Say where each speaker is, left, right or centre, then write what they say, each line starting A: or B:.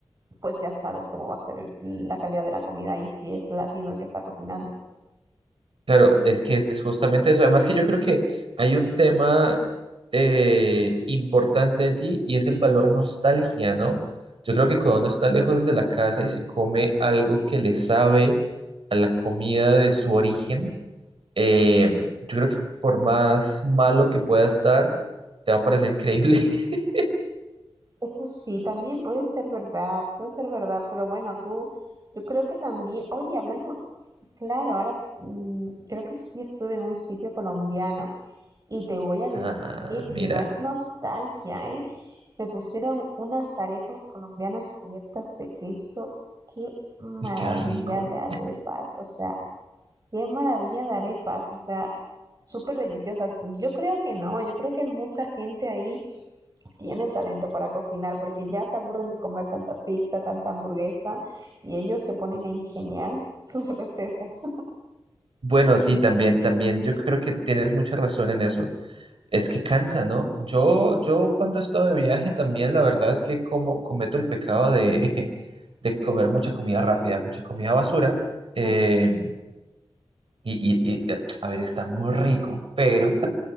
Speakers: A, on the right; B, on the right.
A: pues ya sabes cómo va a ser el- la calidad de la comida y si es latino el que está cocinando.
B: Claro, es que es justamente eso. Además que yo creo que hay un tema eh, importante allí y es el valor nostalgia, ¿no? Yo creo que cuando uno está lejos de la casa y se come algo que le sabe a la comida de su origen, eh, yo creo que por más malo que pueda estar, te va a parecer increíble. <laughs>
A: Eso sí, también puede ser verdad, puede ser verdad, pero bueno, tú, yo creo que también, oye, hablando, claro, ahora mm, creo que sí estuve en un sitio colombiano y te voy a decir,
B: Ah, mira,
A: y no es nostalgia, ¿eh? Me pusieron unas arepas colombianas cubiertas de queso, qué maravilla
B: y qué rico.
A: de arepas, o sea, qué maravilla de arepas, o sea, súper deliciosas. Yo creo que no, yo creo que mucha gente ahí tienen talento para cocinar porque ya se aburren de comer tanta pizza, tanta hamburguesa y ellos se ponen a ingeniar sus recetas.
B: Bueno, sí, también, también. Yo creo que tienes mucha razón en eso. Es que cansa, ¿no? Yo, yo cuando he estado de viaje también, la verdad es que como cometo el pecado de, <laughs> de comer mucha comida rápida, mucha comida basura. eh,
A: <laughs>
B: y, y- y, eh, a ver, está muy rico, pero